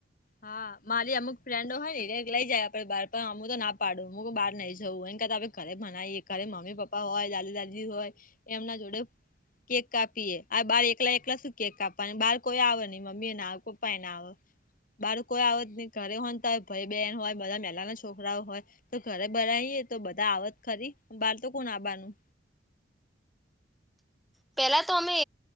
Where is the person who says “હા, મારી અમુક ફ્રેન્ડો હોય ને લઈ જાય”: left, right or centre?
Left